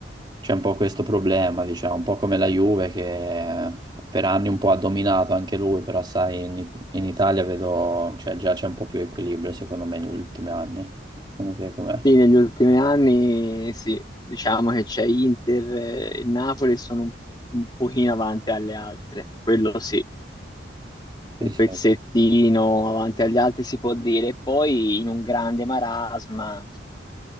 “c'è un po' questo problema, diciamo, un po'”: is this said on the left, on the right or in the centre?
Right